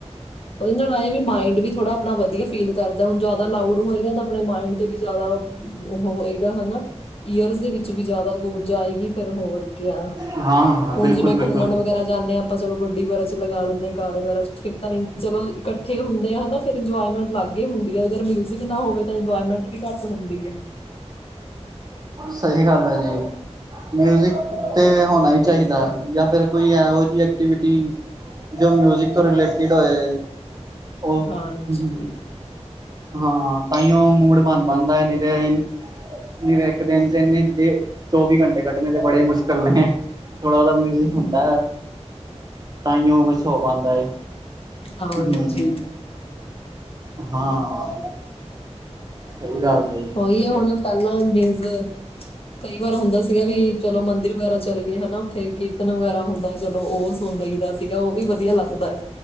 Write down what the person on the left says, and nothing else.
ਉਹਦੇ ਨਾਲ ਇਹਏ ਵੀ ਮਾਇੰਡ ਵੀ ਥੋੜਾ ਆਪਣਾ ਵਧੀਆ ਫੀਲ ਕਰਦਾ ਹੁਣ ਜਿਆਦਾ ਲਾਊਡ ਹੋਏਗਾ ਤਾਂ ਆਪਣੇ ਮਾਇੰਡ ਤੇ ਵੀ ਜਿਆਦਾ ਹੋਏਗਾ ਹਨਾ ਈਅਰਸ ਦੇ ਵਿੱਚ ਵੀ ਜ਼ਿਆਦਾ ਗੂੰ ਜਾਏਗੀ ਫਿਰ ਹੋਰ ਕਿਆ
ਹੁਣ
ਜਿਵੇਂ ਘੁੰਮਣ ਵਗੈਰਾ ਜਾਂਦੇ ਹਾਂ ਆਪਾਂ ਚਲੋ ਗੱਡੀ ਵਗੈਰਾ ਚ ਲਗਾ ਲੈਂਦੇ ਹਾਂ ਕਾਰ ਵਗੈਰਾ ਚ ਫਿਰ ਤਾਂ ਵੀ ਚਲੋ ਇਕੱਠ ਹੁੰਦੇ ਆ ਹਨਾ ਫਿਰ ਇੰਜੋਏਮੈਂਟ ਲੱਗ ਗੇ ਹੁੰਦੀ ਹੈ ਅਗਰ ਮਿਊਜਿਕ ਨਾ ਹੋਵੇ ਤਾਂ ਇੰਜੋਇਰਮੈਂਟ ਵੀ ਘੱਟ ਹੁੰਦੀ ਹੈ।
ਹੋਰ
ਕਿਆ
ਹਾਂਜੀ
ਹਮ,
ਹਾਂਜੀ
ਹੀ ਹੁਣ ਪਹਿਲਾਂ ਮੀਨਜ਼ ਕਈ ਵਾਰ ਹੁੰਦਾ ਸੀਗਾ ਵੀ ਚਲੋ ਮੰਦਿਰ ਵਗੈਰਾ ਚਲੇ ਗਏ ਹਨਾ ਉੱਥੇ ਕੀਰਤਨ ਵਗੈਰਾ ਹੁੰਦਾ ਚਲੋ ਉਹ ਸੁਣ ਲਈਦਾ ਸੀਗਾ ਉਹ ਵੀ ਵਧੀਆ ਲੱਗਦਾ ਹੈ।